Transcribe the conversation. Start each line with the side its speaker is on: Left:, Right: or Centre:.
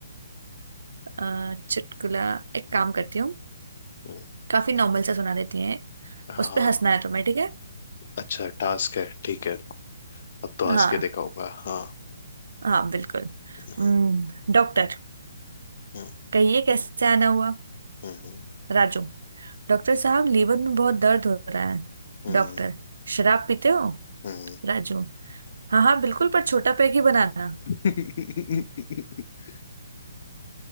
Right: अ, चुटकुला एक काम करती हूँ
Left: हम्म,
Right: काफी नॉर्मल सा सुना देती हैं
Left: हाँ
Right: उस पे हंसना है तुम्हें ठीक है
Left: अच्छा टास्क
Right: <laughs>
Left: है ठीक है अब तो हंस
Right: हाँ
Left: के दिखाऊंगा हाँ
Right: हाँ बिल्कुल
Left: हम्म
Right: हम्म, डॉक्टर
Left: हम्म
Right: कहिए कैसे आना हुआ
Left: हम्म
Right: राजू डॉक्टर साहब लीवर में बहुत दर्द हो रहा है
Left: हम्म,
Right: डॉक्टर शराब पीते हो
Left: हम्म।
Right: राजू हाँ हाँ बिल्कुल पर छोटा पैग ही बनाना
Left: <laughs>